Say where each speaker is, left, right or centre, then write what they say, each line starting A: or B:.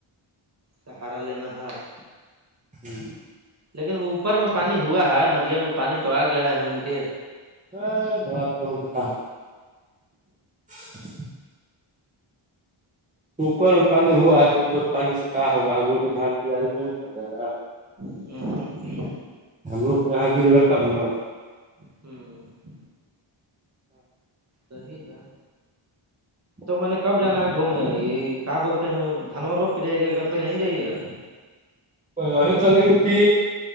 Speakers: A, on the right; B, on the right.
A: کا ہارا لے ن ہا <unintelligible>
B: ہوں
A: لیکن وہ اوپر میں پانی ہوا ہے ندیاوں میں پانی تو آ گیا ہے ہم ان کے
B: ا بھر س بولچ کہ <unintelligible> <inaudible> اوپر میں پانی ہوا ہے تو اوپر پانی سے کہ ہوگا ہم لوگ دھان کی نہیں چل جائے گا
A: ہ ہاں <unintelligible>
B: ہمرو کیاا گرے گا تب نا
A: ہوں صیح ہے
B: <inaudible>
A: تو میں نے کب جانا ہے گھومے یہ کیا بولتے ہیں دھنوور روپ کے جائی گا کیا پہلے ہی جائیے گا
B: وہیں چلیں گے کہ